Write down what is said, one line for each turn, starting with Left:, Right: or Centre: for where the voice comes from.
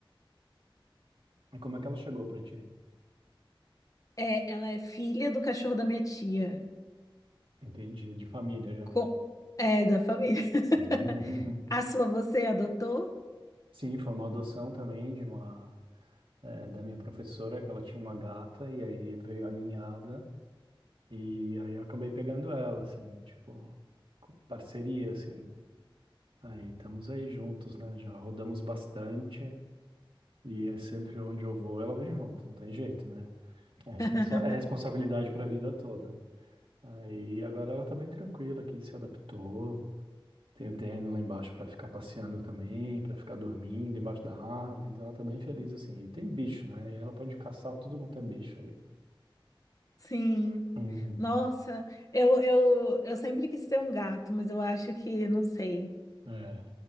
Right: E como é que ela chegou pra ti?
Left: É, ela é filha do cachorro da minha tia.
Right: Entendi, de família já.
Left: Com... É, da família. <laughs>
Right: <laughs>
Left: A sua você adotou?
Right: Sim, foi uma adoção também de uma, eh, da minha professora, que ela tinha uma gata, e aí veio a ninhada. E aí eu acabei pegando ela, assim, tipo, com parceria, assim. Aí estamos aí juntos, né? Já rodamos bastante e é sempre onde eu vou, ela vem junto, não tem jeito, né? É, responsa
Left: <laughs>
Right: é responsabilidade pra vida toda. Aí agora ela tá bem tranquila aqui, se adaptou. Tem o terreno lá embaixo pra ficar passeando também, pra ficar dormindo embaixo da árvore, então ela tá bem feliz assim. E tem bicho, né? E ela pode caçar tudo quanto é bicho aí.
Left: Sim.
Right: Uhum.
Left: Nossa, eu, eu, eu sempre quis ter um gato, mas eu acho que não sei,
Right: É.